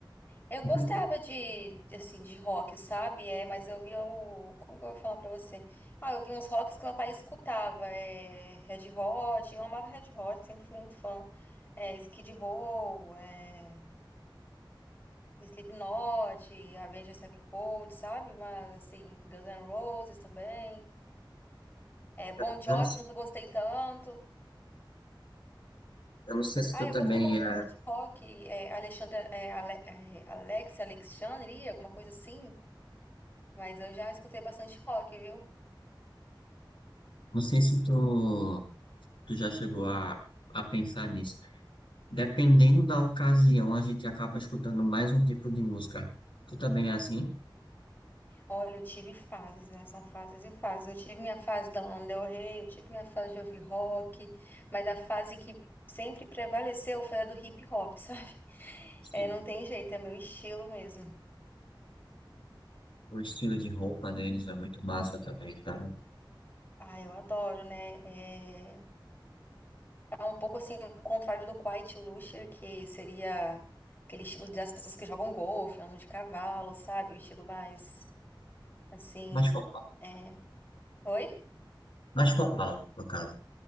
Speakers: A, on the left; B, on the left.
A: Eu
B: <laughs>
A: gostava de, de, assim, de rock, sabe? É, mas eu via o... Como que eu vou falar pra você? Ah, eu vi uns rocks que meu pai escutava. É, Red Hot, eu amava Red Hot, sempre fui muito fã. É, Skid Row, é, Slipknot, Avenged Sevenfold, sabe? Mas, assim, Guns N' Roses também. É, Bon
B: Eu
A: Jovi,
B: não,
A: nunca gostei tanto.
B: eu não sei se tu
A: Ah, eu
B: também
A: gostava
B: é.
A: muito de rock, é, Alexandre, é, Ale- é, Alex, Alexandre, alguma coisa assim, mas eu já escutei bastante rock, viu?
B: Não sei se tu. Tu já chegou a, a pensar nisso? Dependendo da ocasião, a gente acaba escutando mais um tipo de música. Tu também é assim?
A: Olha, eu tive fases, né? São fases e fases. Eu tive minha fase da Lana Del Rey, eu tive minha fase de ouvir rock, mas a fase que sempre prevaleceu foi a do hip hop, <laughs> sabe?
B: Sim.
A: É, não tem jeito, é meu estilo mesmo.
B: O estilo de roupa deles é muito massa também, sabe?
A: Ah, eu adoro, né? É, É um pouco assim, o contrário do quiet luxury, que seria aquele estilo das pessoas que jogam golfe, andam de cavalo, sabe? Um estilo mais, assim,
B: Mais formal.
A: é... Oi?
B: Mais formal, no caso.